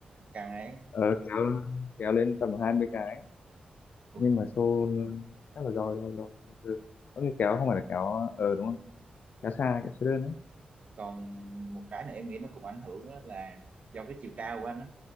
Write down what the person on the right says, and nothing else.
căng ấy
ui
còn một cái này em nghĩ nó cũng ảnh hưởng á là do cái chiều cao của anh á